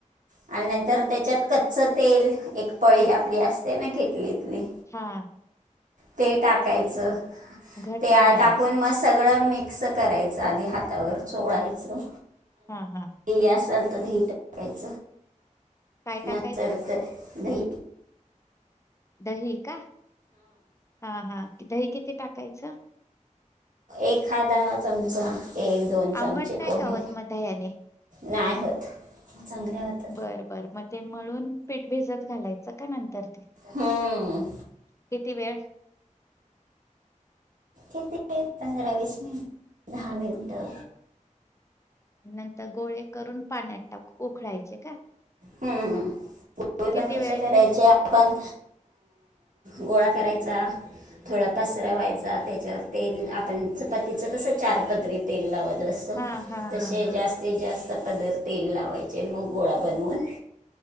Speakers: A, on the right; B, on the left.
A: आणि नंतर त्याच्यात कच्च तेल एक पळी आपली असते ना किटलीतली
B: हा
A: ते टाकायचं
B: घट्ट
A: ते
B: मळायचं
A: टाकून मस्त सगळं मिक्स करायचं आधी हातावर चोळायचं
B: हा हा
A: हे असल तर हिट करायचं
B: काय टाकायचं
A: नसलत द
B: दही का हा हा क दही किती टाकायचं
A: एखाद्या चमचा एक दोन चमचे
B: आंबट नाय
A: पोहे
B: कावत मध याने
A: नाही होत चांगल्या होत्या
B: बरं बर मग ते मळून पीठ भेजत घालायचं का नंतर ते
A: हम्म
B: किती वेळ
A: ते पंधरा वीस मिनट दहा मिनट
B: नंतर गोळे करून पाण्यात टाक उखळायचे का
A: हम्म पुे
B: किती
A: पण कश
B: वेळ
A: करायचे
B: ते
A: आपण गोळा करायचा थोडा पसरा व्हायचा त्याच्यावर तेल आपण चपातीचं कसं चार पदरी तेल लावत बसतो
B: हा हा
A: तसे
B: हा
A: जास्तीत जास्त पदर तेल लावायचे मग गोळा बनवून